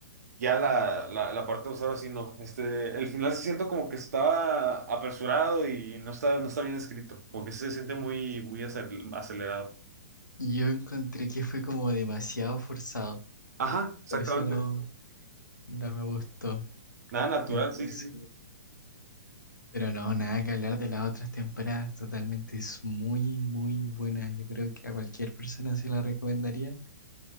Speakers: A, on the right; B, on the left.
A: Ya la, la, la parte 2 ahora sí no. Este, el final se siente como que estaba apresurado y no está, no está bien escrito. Como que se siente muy, muy aceler- acelerado.
B: Yo encontré que fue como demasiado forzado,
A: Ajá, exactamente.
B: por eso no, no me gustó.
A: Nada natural,
B: Entonces,
A: sí, sí, sí.
B: pero no, nada que hablar de las otras temporadas, totalmente es muy, muy buena. Yo creo que a cualquier persona se la recomendaría,